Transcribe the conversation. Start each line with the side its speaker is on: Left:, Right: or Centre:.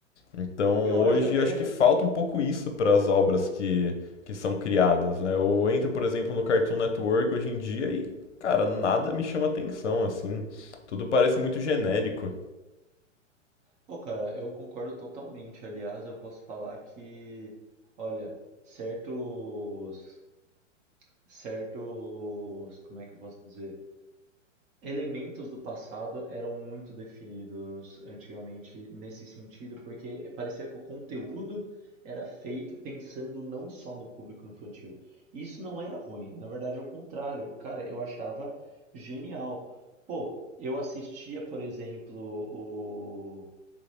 Left: Então,
Right: Eu
Left: hoje
Right: acho até
Left: acho que falta um pouco isso para as obras que, que são criadas, né? Eu entro, por exemplo, no Cartoon Network hoje em dia e, cara, nada me chama atenção, assim. Tudo parece muito genérico.
Right: Pô, cara, eu concordo totalmente. Aliás, eu posso falar que, olha, certos, certos, como é que eu posso dizer? Elementos do passado eram muito definidos antigamente nesse sentido, porque parecia que o conteúdo era feito pensando não só no público infantil. E Isso não era ruim, na verdade, é o contrário. Cara, eu achava genial. Pô, eu assistia, por exemplo,